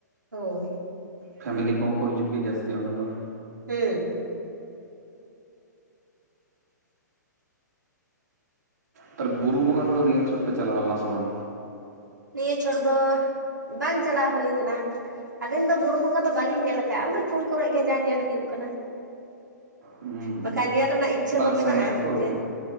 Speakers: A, on the right; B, on the right.
A: ᱦᱳᱭ
B: ᱯᱷᱮᱢᱮᱞᱤ ᱠᱚᱦᱚᱸ ᱠᱚ ᱦᱤᱡᱩᱜ ᱜᱮᱭᱟ ᱡᱟᱹᱥᱛᱤ ᱚᱸᱰᱮ ᱫᱚ᱾
A: ᱦᱩᱸ᱾
B: ᱛᱟᱦᱞᱮ ᱵᱩᱨᱩ ᱵᱚᱸᱜᱟ ᱠᱚᱫᱚ ᱱᱤᱭᱟᱹ ᱪᱷᱚᱴ ᱯᱮ ᱪᱟᱞᱟᱣ ᱞᱮᱱᱟ ᱥᱮ ᱵᱟᱝ?
A: ᱱᱤᱭᱟᱹ ᱪᱷᱚᱴ ᱫᱚ ᱵᱟᱝ ᱪᱟᱞᱟᱣ ᱦᱩᱭ ᱠᱟᱱᱟ, ᱟᱹᱞᱤᱧ ᱫᱚ ᱵᱩᱨᱩ ᱵᱚᱸᱜᱟ ᱫᱚ ᱵᱟᱹᱞᱤᱧ ᱧᱮᱞ ᱠᱟᱜ ᱚᱱᱟ ᱯᱷᱳᱱ ᱠᱚᱨᱮᱜ ᱜᱮ ᱡᱟ ᱧᱮᱞ ᱦᱩᱭᱩᱜ ᱠᱟᱱᱟ᱾
B: ᱦᱩᱸ
A: ᱵᱟᱠᱷᱟᱱ ᱧᱮᱞ ᱨᱮᱱᱟᱜ ᱤᱪᱪᱷᱟᱹ
B: ᱵᱟᱝ
A: ᱫᱚ ᱢᱮᱱᱟᱜᱼᱟ
B: ᱥᱟᱺᱜᱤᱧᱟ ᱛᱚ
A: ᱡᱮ,
B: ᱛᱤᱱ